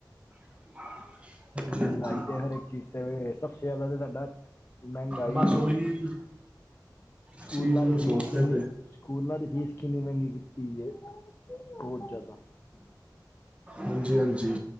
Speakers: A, on the right (about 15°); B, on the left (about 30°).
A: <inaudible>
B: ਮਹੰਗਾਈ
A: ਹਾਂਜੀ
B: ਤੇ ਹਰ ਇੱਕ ਚੀਜ਼ ਤੇ ਸਭ ਸ ਜ਼ ਸਾਡਾ ਮਹਿੰਗਾਈ,
A: ਬਸ ਉਹੀ
B: ਸਕੂਲਾਂ
A: ਚੀਜ਼ ਨੂੰ
B: ਦੀ
A: ਸੋਚਦੇ
B: ਫ਼ੀਸ ਕਿੰਨੀ
A: ਪਏ
B: ਸਕੂਲਾਂ ਦੀ ਫੀਸ ਕਿੰਨੀ ਮਹਿੰਗੀ ਕੀਤੀ ਹੈ, ਬਹੁਤ ਜ਼ਿਆਦਾ
A: ਹਾਂਜੀ ਹਾਂਜੀ